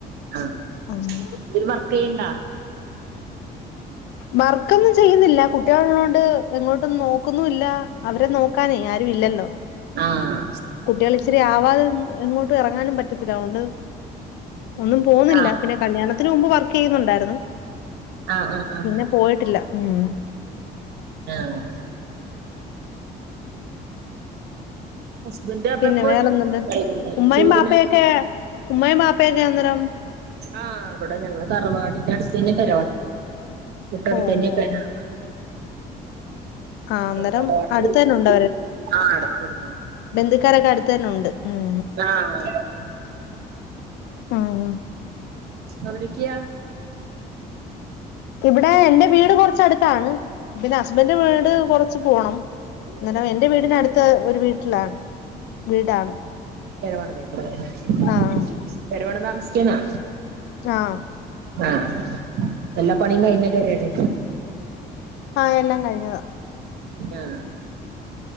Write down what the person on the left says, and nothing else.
ആഹ്
വർക്കൊന്നും ചെയ്യുന്നില്ല കുട്ടിയള്ള്ളോണ്ട് എങ്ങോട്ടൊന്നും നോക്കുന്നുല്ല അവരെ നോക്കാനേ ആരും ഇല്ലല്ലോ
കുട്ട്യാള് ഇച്ചിരി ആവാതെ എങ്ങോട്ട് എറങ്ങാനും പറ്റത്തില്ല അതോണ്ട് ഒന്നും പോവ്ന്നില്ല
പിന്നെ കല്യാണത്തിന് മുമ്പ് വർ ക്കെയ്യുന്നുണ്ടായിരുന്നു.
പിന്നെ പോയിട്ടില്ല ഉം
പിന്നെ
വേറെന്തുണ്ട്
ഉമ്മയും
ബാപ്പയൊക്കെ ഉമ്മയും ബാപ്പയൊക്കെ അന്നേരം
ഓ
ഓ
ആഹ് അന്നേരം
അടുത്ത് തന്നെ ഉണ്ട്
ന്ത്ക്കാരൊക്കെ അട്ത്തന്നെ ഉണ്ട് ഉം
ഉം
ഇവടെ എന്റെ വീട് കൊർച്ചടുത്താണ് പിന്നെ ഹസ്ബൻഡിന്റെ വീട് കൊറച്ച് പോണം ന്നേരം എൻ്റെ വീടിനടുത്ത ഒരു വീട്ട്ലാണ് വീടാണ്
ആഹ്
ആഹ്
ആഹ് എല്ലാം കഴിഞ്ഞതാ